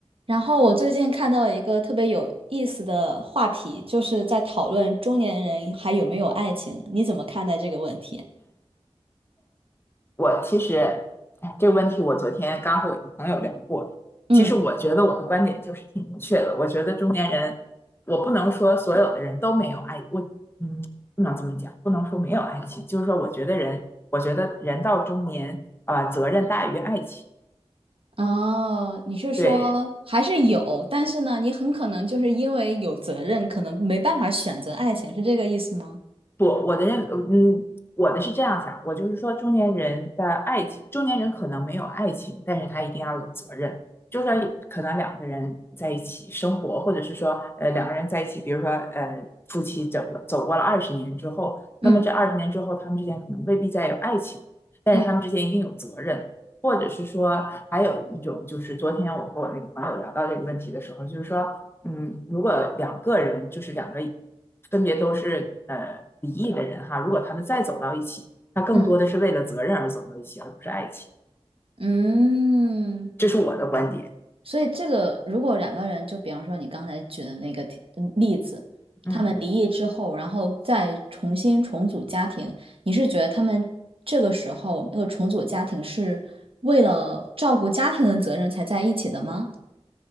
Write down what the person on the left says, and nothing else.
我其实，哎这个问题我昨天刚和我一个朋友聊过。
其实我觉得我的观点就是挺明确的。我觉得中年人，我不能说所有的人都没有爱，我嗯，不能这么讲，不能说没有爱情。就是说，我觉得人，我觉得人到中年，啊、责任大于爱情。
对，
不，我的认，嗯，我的是这样想，我就是说，中年人的爱情，中年人可能没有爱情，但是他一定要有责任。就算可能两个人在一起生活，或者是说，呃，两个人在一起，比如说，呃，夫妻走了走过了二十年之后，那么这二十年之后，
他们之间可能未必再有爱情，但是他们之间一定有责任，
或者是说，还有一种就是昨天我和我那个朋友聊到这个问题的时候，就是说。嗯，如果两个人就是两个分别都是呃离异的人哈，如果他们再走到一起，那更多的是为了责任而走到一起，
而不是爱情。
这是我的观点。
嗯。